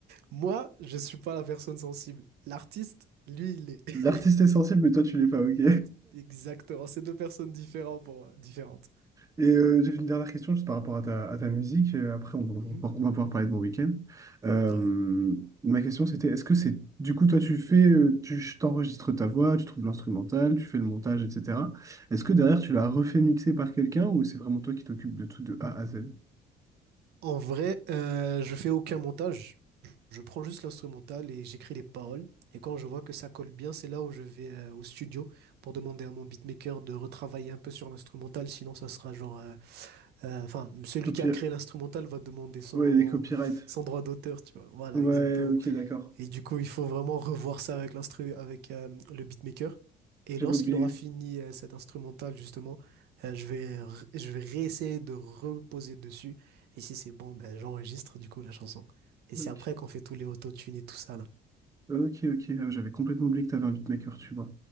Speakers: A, on the right; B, on the right.
A: Moi, je suis pas la personne sensible. L'artiste, lui, il est.
B: L'artiste est sensible, mais toi, tu
A: <laughs>
B: l'es pas, ok?
A: L'artiste, exactement, c'est deux personnes différentes pour, différentes.
B: Et euh, j'ai une dernière question juste par rapport à ta, à ta musique. Euh, Après, on, on-
A: Mhm.
B: on va pouvoir parler de mon week-end. Euh,
A: Ouais.
B: ma question, c'était, est-ce que c'est... Du coup, toi, tu fais... euh, Tu t'enregistres ta voix, tu trouves l'instrumental, tu fais le montage, etc. Est-ce que derrière, tu l'as refait mixer par quelqu'un ou c'est vraiment toi qui t'occupes de tout de A à Z?
A: En vrai, euh, je fais aucun montage. Je prends juste l'instrumental et j'écris les paroles. Et quand je vois que ça colle bien, c'est là où je vais euh, au studio pour demander à mon beatmaker de retravailler un peu sur l'instrumental. Sinon, ça sera genre, euh, euh, enfin, celui
B: Copy...
A: qui a créé l'instrumental va demander son,
B: Ouais, les copyrights.
A: son droit d'auteur, tu vois. Voilà,
B: Ouais,
A: exactement.
B: ok, d'accord.
A: Et du coup, il faut vraiment revoir ça avec l'instru, avec euh, le beatmaker. Et
B: J'avais
A: lorsqu'il
B: oublié.
A: aura fini euh, cette instrumental, justement, euh, je vais, r- je vais réessayer de reposer dessus. Et si c'est bon, ben, j'enregistre du coup la chanson. Et
B: Ok.
A: c'est après qu'on fait tous les autotunes et tout ça, là.
B: Ok, ok, ah, j'avais complètement oublié que tu avais un beatmaker, tu vois.